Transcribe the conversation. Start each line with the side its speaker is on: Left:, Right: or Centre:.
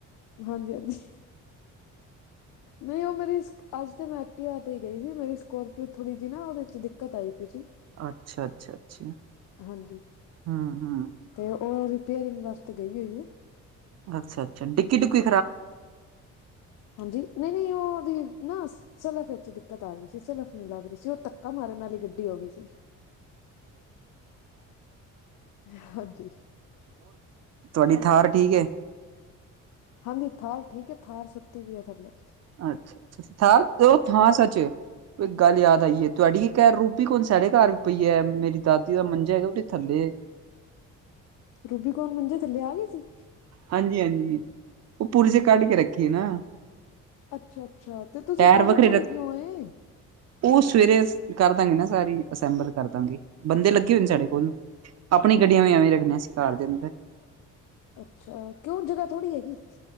Left: ਹਾਂਜੀ ਹਾਂਜੀ। ਨਹੀਂ ਉਹ ਮੇਰੀ ਅੱਜ ਤੇ ਮੈਂ ਐਕਟੀਵਾ ਤੇ ਹੀ ਗਈ ਸੀ ਮੇਰੀ ਸਕੋਰਪੀਓ ਥੋੜ੍ਹੀ ਜਿਹੀ ਨਾ ਉਹਦੇ ਚ ਦਿੱਕਤ ਆਈ। ਪਈ ਸੀ
Right: ਅੱਛਾ ਅੱਛਾ ਅੱਛਾ
Left: ਹਾਂਜੀ।
Right: ਹਮ ਹਮ।
Left: ਤੇ ਉਹ ਰਿਪੇਅਰਿੰਗ ਵਾਸਤੇ ਗਈ ਹੋਈਏ।
Right: ਅੱਛਾ ਅੱਛਾ ਡਿੱਕੀ ਢੁੱਕੀ।
Left: ਹਾਂਜੀ ਨਹੀਂ ਨਹੀਂ ਉਹ ਉਹਦੀ। ਨਾ ਸਲਫ ਵਿੱਚ ਦਿੱਕਤ ਆ ਗਈ ਸੀ ਸਲਫ ਨੀ ਲੱਗ ਰਹੀ। ਜੀ ਉਹ ਧੱਕਾ ਮਾਰਨ ਨਾਲ ਗੱਡੀ ਹੋ ਗਈ ਸੀ। ਹਾਂਜੀ।
Right: ਤੁਹਾਡੀ ਥਾਰ ਠੀਕ ਹੈ।
Left: ਹਾਂਜੀ ਥਾਰ ਠੀਕ ਹੈ ਥਾਰ ਸੁੱਤੀ ਵੀ ਹੈ ਥੱਲੇ।
Right: ਅੱਛਾ ਅੱਛਾ ਥਾਰ ੳ ਥਾਰ ਸੱਚ। ਇੱਕ ਗੱਲ ਯਾਦ ਆਈ ਏ ਤੁਹਾਡੀ ਇੱਕ ਰੂਬੀ ਕੌਣ ਸਾਡੇ ਘਰ ਵੀ ਪਈ ਹੈ ਮੇਰੀ ਦਾਦੀ ਦਾ ਮੰਜਾ ਹੈਗਾ ਉਹੇ ਥੱਲੇ।
Left: ਰੂਬੀ ਕੌਣ ਮੰਜੇ ਥੱਲੇ ਆ ਗਈ ਸੀ।
Right: ਹਾਂਜੀ ਹਾਂਜੀ ਉਹ ਪੁਰਜੇ ਕੱਢ ਕੇ ਰੱਖੀਏ ਨਾ।
Left: ਅੱਛਾ ਅੱਛਾ ਤੇ ਤੁਸੀਂ
Right: ਟਾਇਰ
Left: ਥੋੜੀ
Right: ਵੱਖਰੇ
Left: ਥੋੜੀ
Right: ਰੱਖ
Left: ਕਿਉਂ ਹੈ।
Right: ਉਹ ਸਵੇਰੇ ਕਰ ਦਾਂਗੇ ਨਾ ਸਾਰੀ ਅਸੈਂਬਲ ਕਰਦਾਂਗੇ ਬੰਦੇ ਲੱਗੇ ਹੋਏ ਨੇ ਸਾਡੇ ਕੋਲ। ਆਪਣੀ ਗੱਡੀਆਂ ਵੀ ਐਵੇਂ ਰੱਖਣੀਆਂ ਸੀ ਕਾਰ ਦੇ ਅੰਦਰ।
Left: ਅੱਛਾ ਕਿਂਉ ਜਗ੍ਹਾ ਥੋੜ੍ਹੀ ਹੈਗੀ।